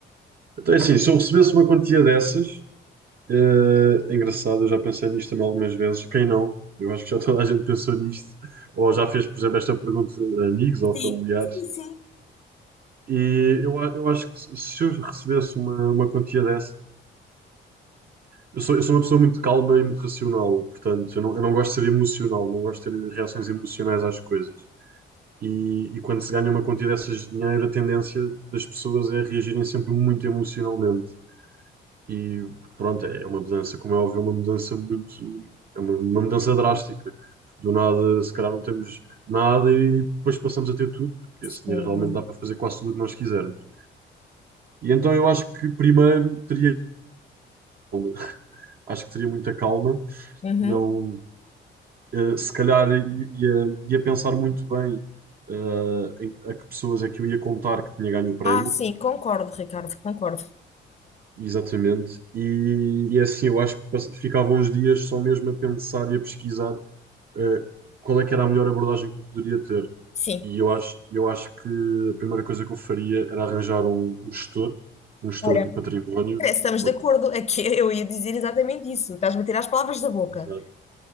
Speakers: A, on the right; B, on the left.
A: Então, é assim, se eu recebesse uma quantia dessas, eh, é engraçado, eu já pensei nisto também algumas vezes. Quem não? Eu acho que já toda a gente pensou nisto, ou já fez, por exemplo, esta pergunta a amigos ou
B: Sim,
A: familiares.
B: sim, sim.
A: E eu, a- eu acho que se se eu recebesse uma, uma quantia dessas, Eu sou, eu sou uma pessoa muito calma e muito racional, portanto, eu não, eu não gosto de ser emocional, não gosto de ter reações emocionais às coisas. E, e quando se ganha uma quantia dessas de dinheiro, a tendência das pessoas é reagirem sempre muito emocionalmente. E pronto, é uma mudança, como é óbvio, é uma mudança muito. É uma, uma mudança drástica. do nada, se calhar, não temos nada e depois passamos a ter tudo, porque
B: Sim.
A: esse dinheiro realmente dá para fazer quase tudo o que nós quisermos. E então eu acho que primeiro teria calma. <laughs> Acho que teria muita calma,
B: Uhum.
A: não, eh, se calhar i- ia, ia pensar muito bem eh, em- a que pessoas é que eu ia contar que tinha ganho o prémio,
B: Ah, sim, concordo, Ricardo, concordo.
A: exatamente, e, e é assim eu acho que pass- ficava uns dias só mesmo a pensar e a pesquisar eh, qual é que era a melhor abordagem que eu poderia ter.
B: Sim.
A: E eu acho, eu acho que a primeira coisa que eu faria era arranjar um, um gestor, um gestor
B: Olha,
A: de património.
B: parece que estamos
A: ou
B: de acordo.
A: de-
B: Aqui eu ia dizer exatamente isso. Estás-me a tirar as palavras da boca.
A: Exato.